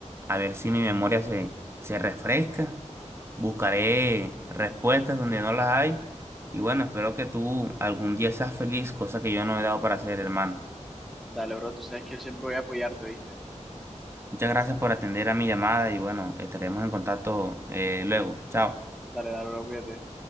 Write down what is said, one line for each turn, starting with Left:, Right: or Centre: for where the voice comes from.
Right: a ver si mi memoria se, se refresca. Buscaré respuestas donde no las hay. Y bueno, espero que tú algún día seas feliz, cosa que yo no he dado para hacer, hermano.
Centre: Dale, bro, tú sabes que yo siempre voy a apoyarte, ¿viste?
Right: Muchas gracias por atender a mi llamada y bueno, estaremos en contacto eh, luego. Chao.
Centre: Dale, dale, bro, cuídate.